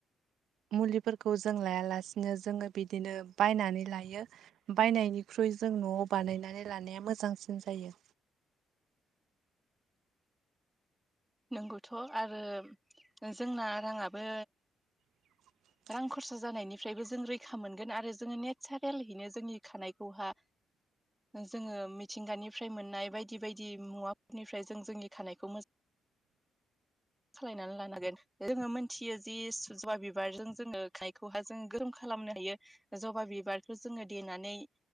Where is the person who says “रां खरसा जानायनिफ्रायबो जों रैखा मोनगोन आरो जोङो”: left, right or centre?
Centre